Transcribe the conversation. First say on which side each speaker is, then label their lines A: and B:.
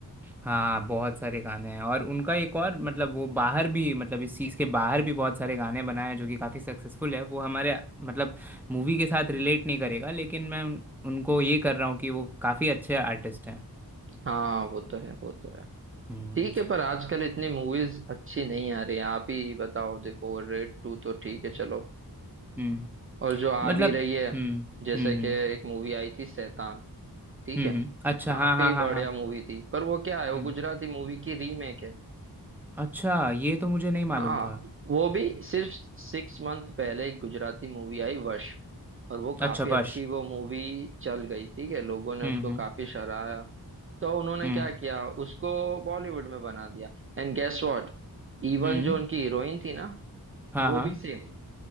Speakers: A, in the centre; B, on the right.
A: हाँ बहुत सारे गाने हैं और उनका एक और मतलब वो बाहर भी मतलब इस चीज़ के बाहर भी बहुत सारे गाने बनाए हैं जो कि काफ़ी सक्सेसफुल है वो हमारे मतलब मूवी के साथ रिलेट नहीं करेगा लेकिन मैं उन, उनको ये कर रहा हूँ कि वो काफ़ी अच्छे आर्टिस्ट हैं
B: हाँ वो तो है वो तो है
A: हम्म
B: ठीक है पर आजकल इतनी मूवीज अच्छी नहीं आ रही है। आप ही बताओ देखो रेड टू तो ठीक है चलो
A: हम्म
B: और जो आ
A: मतलब
B: भी रही है
A: हम्म
B: जैसे
A: हम्म
B: कि
A: हम्म
B: एक मूवी आई थी शैतान ठीक
A: हम्म
B: है
A: हम्म, अच्छा
B: काफी
A: हाँ हाँ
B: बढ़िया
A: हाँ हाँ
B: मूवी थी पर वो क्या है वो
A: हम्म,
B: गुजराती मूवी की रीमेक है
A: अच्छा ये तो मुझे नहीं मालूम
B: हाँ
A: था
B: वो भी सिर्फ सिक्स मंथ पहले एक गुजराती मूवी आई वश और वो
A: अच्छा
B: काफी अच्छी
A: बस
B: वो मूवी चल गई ठीक है लोगों ने
A: हम्म
B: उसको
A: हम्म
B: काफी सराहा तो उन्होंने
A: हम्म
B: क्या किया उसको बॉलीवुड में बना दिया एंड गेस व्हाट इवन
A: हम्म,
B: जो उनकी हीरोइन थी ना
A: हाँ
B: वो
A: हाँ
B: भी सेम